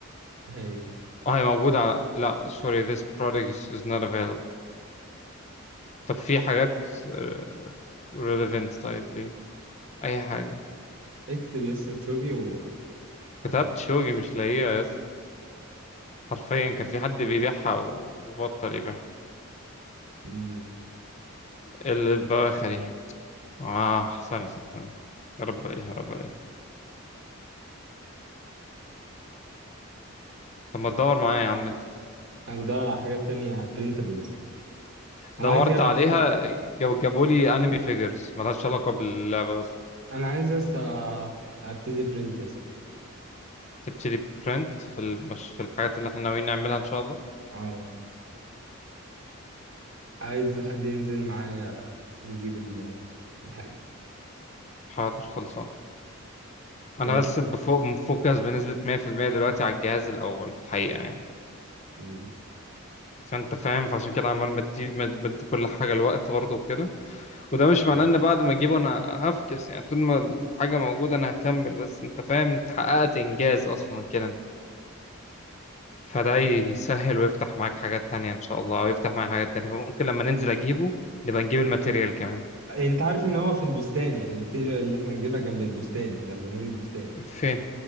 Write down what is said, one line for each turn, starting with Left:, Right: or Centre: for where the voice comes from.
Right: هاي
Left: اه هي موجودة على لا sorry this product is, is not available طب في حاجات آه، relevant طيب ليه أي حاجة
Right: اكتب يس تشوجي و
Left: كتبت
Right: طيب.
Left: شوقي مش لاقيها يس حرفيا كان في حد بيبيعها وبطل يبيعها
Right: مم.
Left: ال- البواخة دي اه ثانية ثانية يا رب ايه يا رب ايه طب ما تدور معايا يا عم انت
Right: انا بدور على حاجات تانية printables انا
Left: دورت
Right: عايز يا بتا...
Left: عليها جاب جابوا لي انمي فيجرز ملهاش علاقة باللعبة اصلا
Right: انا عايز يا اسطى ابتدي print يا اسطى
Left: تبتدي برنت في المش... في الحاجات اللي احنا ناويين نعملها ان شاء الله
Right: اه عايز حد ينزل معايا نجيب ال- الحاجة
Left: حاضر خلصان انا
Right: بجد
Left: بس بفوق مفوكس بنسبة 100% دلوقتي على الجهاز الاول الحقيقة يعني
Right: م.
Left: فانت فاهم فعشان كده عمال بدي بدي كل حاجة الوقت برضه وكده وده مش معناه
Right: آه.
Left: ان بعد ما اجيبه انا هفكس يعني طول ما الحاجة موجودة انا هكمل بس انت فاهم انت حققت انجاز اصلا كده فده يسهل ويفتح معاك حاجات تانية ان شاء الله ويفتح معاك حاجات تانية فممكن لما ننزل اجيبه نبقى نجيب الماتيريال كمان
Right: انت عارف ان هو في البستان يعني الماتيريال اللي احنا هنجيبها جنب البستان جنب مول البستان
Left: فين